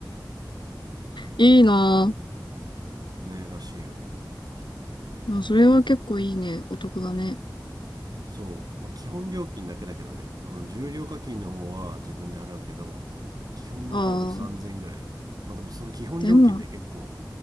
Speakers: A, on the left; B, on the right.
A: いいなぁ。
B: ねらしいよ
A: でもそれは結構いいね。お得だね。
B: そうまあ基本料金だけだけどねあの重量課金の方は自分で払うけど基本の多分3000ぐらいまあでもその基本料金で結構
A: ああ、でも、